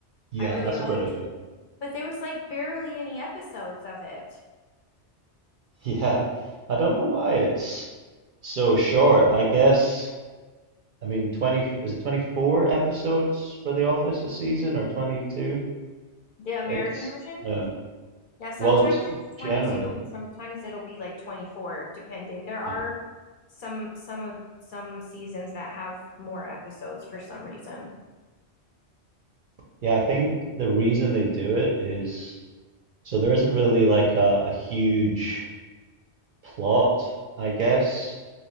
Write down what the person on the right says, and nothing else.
Yeah,
that's
a British show. <laughs>
Yeah, I don't know why it's so short. I guess, I mean, 20, is it 24 episodes for The Office a season or 22?
It's
um,
well, just
generally,
yeah,
yeah. I think the reason they do it is so there isn't really like a, a huge plot, I guess,